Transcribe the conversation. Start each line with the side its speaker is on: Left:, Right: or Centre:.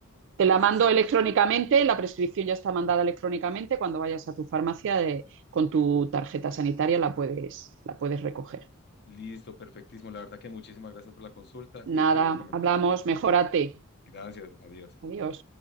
Right: Te
Left: a
Right: la
Left: las
Right: mando
Left: sesiones.
Right: electrónicamente, la prescripción ya está mandada electrónicamente. Cuando vayas a tu farmacia de, con tu tarjeta sanitaria la puedes, la puedes recoger.
Left: Listo, perfectísimo. La verdad que muchísimas gracias por la consulta
Right: Nada,
Left: y te voy comentando.
Right: hablamos, mejórate.
Left: Gracias. Adiós.
Right: Adiós.